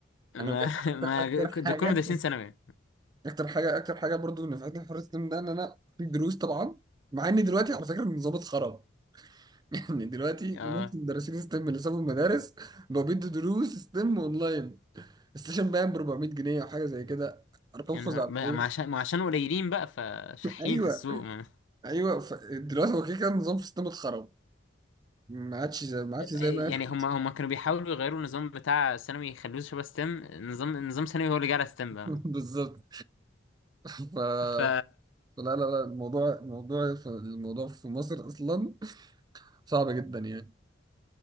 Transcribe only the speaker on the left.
ما
<laughs>
ما
ده كل مدرسين ثانوي
اه
يعني
ما ما عشان ما عشان قليلين بقى فشحين
في السوق ما.
يعني
هم هم كانوا بيحاولوا يغيروا النظام بتاع ثانوي يخلوه شبه ستيم نظام نظام ثانوي هو اللي جه على ستيم بقى
ف